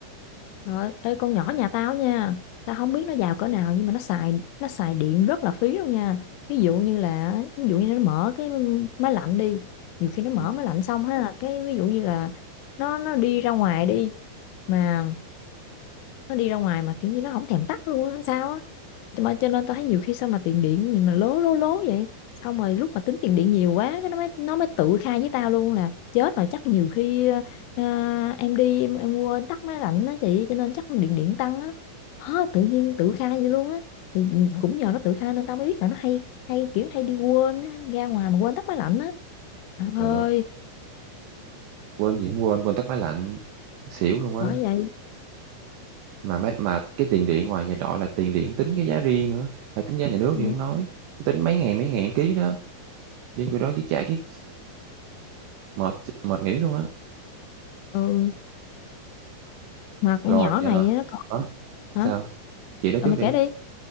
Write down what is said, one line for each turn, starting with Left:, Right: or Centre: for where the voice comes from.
Left: Trời ơi, ê, con nhỏ nhà tao nha, tao không biết nó giàu cỡ nào nhưng mà nó xài nó xài điện rất là phí luôn nha. Ví dụ như là ví dụ như nó mở cái máy lạnh đi, nhiều khi nó mở
Right: ừ,
Left: máy lạnh xong ha, cái ví dụ như là nó nó đi ra ngoài đi mà nó đi ra ngoài mà kiểu như nó không thèm tắt luôn á sao á Cho mà cho nên tao thấy nhiều khi sao mà tiền điện gì mà lố lố lố vậy xong rồi lúc mà tính tiền điện nhiều quá cái nó mới nó mới tự khai với tao luôn là chết rồi chắc nhiều khi ờ, em đi em em quên tắt máy lạnh á chị cho nên chắc điện điện tăng á hả tự nhiên tự khai vậy luôn á thì ừ, cũng nhờ nó tự khai nên tao mới biết là nó hay hay kiểu hay đi quên á, ra ngoài mà quên tắt máy lạnh á Trời
Right: Ờ,
Left: ơi,
Right: quên gì cũng quên quên tắt máy lạnh xỉu luôn
Left: bởi
Right: á
Left: vậy
Right: mà mấy, mà cái tiền điện ngoài nhà trọ là tiền điện tính cái giá riêng nữa phải tính giá nhà nước
Left: ừ,
Right: thì không nói tính mấy ngàn mấy ngàn ký đó đi cái đó cái chạy cái mệt mệt nghỉ luôn á
Left: ừ, mà con
Right: rồi
Left: nhỏ
Right: à,
Left: này nó còn
Right: đó,
Left: hả?
Right: sao chị nói
Left: Rồi
Right: trước
Left: mày
Right: đi
Left: kể đi.